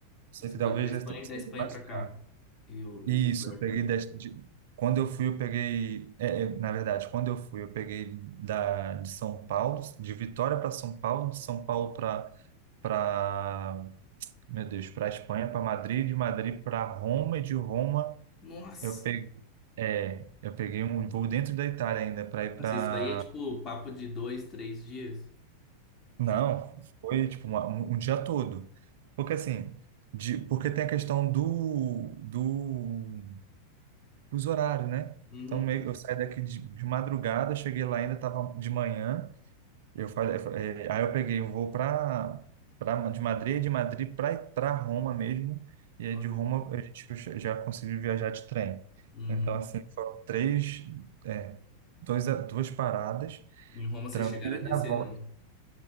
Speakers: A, on the right (about 55°); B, on the left (about 25°).
A: Sei
B: Aí Vocês
A: que talvez
B: foram pra Espanha
A: seja
B: e da Espanha
A: mais
B: pra cá.
A: caro.
B: E, o-
A: Isso,
B: e vice-versa,
A: eu peguei
B: né?
A: das- de- quando eu fui, eu peguei, é, é, na verdade, quando eu fui, eu peguei da de São Paulo, de Vitória para São Paulo, de São Paulo para para, meu Deus, para Espanha, para Madrid, de Madrid para Roma e de Roma
B: Nossa!
A: eu peguei, é, eu peguei um voo dentro da Itália ainda para ir
B: Nossa,
A: para
B: isso aí é tipo papo de dois, três dias?
A: Não,
B: Não.
A: foi tipo uma- um, um dia todo. Porque assim, de, porque tem a questão do, do fuso horário, né?
B: Uhum.
A: Então meio- eu saí daqui de, de madrugada, cheguei lá ainda estava de manhã. Eu falei, eh, aí eu peguei um voo para para de Madrid, de Madrid para para Roma mesmo. E aí
B: Olha.
A: de Roma a gente já já conseguiu viajar de trem.
B: Uhum.
A: Então assim foram três, é, dois, a- duas paradas,
B: Em Roma vocês
A: tranquilo
B: chegaram a
A: e
B: descer,
A: na volta.
B: não?